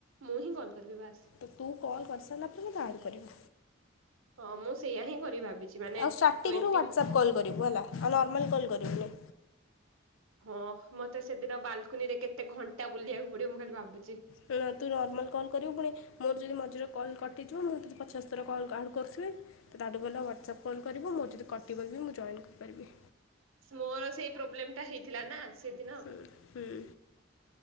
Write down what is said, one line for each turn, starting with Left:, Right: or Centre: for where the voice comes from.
Right: ମୁଁ ହିଁ କଲ୍ କରିବି ବାସ୍
Left: ତ ତୁ କଲ୍ କରିସାରିଲା ପରେ ମୋ କଣ କରିବୁ
Right: ହଁ ମୁଁ ସେଇୟା ହିଁ କରିବି ଭାବିଛି ମାନେ
Left: ଆଉ ଷ୍ଟାର୍ଟିଂରୁ
Right: ଟ୍ୱେଣ୍ଟି
Left: ହ୍ଵାଟ୍ସଆପ୍ କଲ୍ କରିବୁ ହେଲା ଆଉ ନର୍ମାଲ କଲ୍ କରିବୁନି।
Right: ହଁ ମତେ ସେଦିନ ବାଲକୁନି ରେ କେତେ ଘଣ୍ଟା ବୁଲିବାକୁ ପଡିବ ମୁଁ ଖାଲି ଭାବୁଛି।
Left: ତୁ ନର୍ମାଲ୍ କଲ୍ କରିବୁ ପୁଣି ମୋର ଯଦି ମଝିରେ କଲ୍ କଟିଯିବ ମୁଁ ତତେ ପଛାଶଥର କଲ୍ ଆହୁରି କରୁଥିବି ତ ତାଠୁ ଭଲ ହ୍ୱାଟ୍ସଆପ୍ କଲ କରିବୁ ମୋର ଯଦି କଟିବ ମୁଁ ଜଏନ୍ କରପାରିବି।
Right: ମୋର ସେଇ ପ୍ରୋବ୍ଲେମ ଟା ହେଇଥିଲା ନା ସେଦିନ
Left: ହୁଁ ହୁଁ